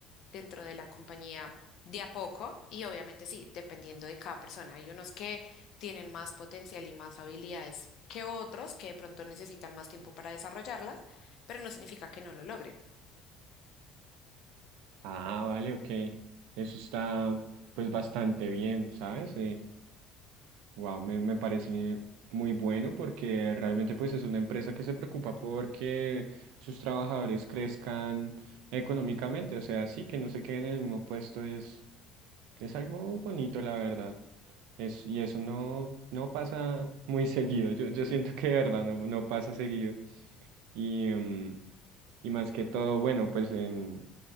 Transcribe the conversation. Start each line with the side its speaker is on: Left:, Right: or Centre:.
Left: dentro de la compañía de a poco y obviamente sí, dependiendo de cada persona. Hay unos que tienen más potencial y más habilidades que otros que de pronto necesitan más tiempo para desarrollarlas, pero no significa que no lo logren.
Right: Ah, vale, ok. Eso está pues bastante bien, ¿sabes? wow, me, me parece muy bueno porque realmente pues es una empresa que se preocupa porque sus trabajadores crezcan económicamente. O sea, sí, que no se queden en el mismo puesto es, es algo bonito, la verdad. Es, y eso no, no pasa <laughs> muy seguido. Yo, yo siento que de verdad no, no pasa seguido. Y, em, y más que todo, bueno, pues en...